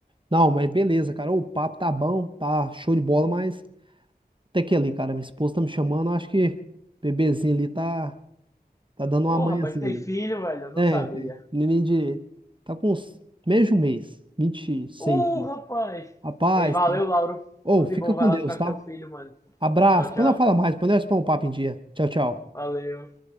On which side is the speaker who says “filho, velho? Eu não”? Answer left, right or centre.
Left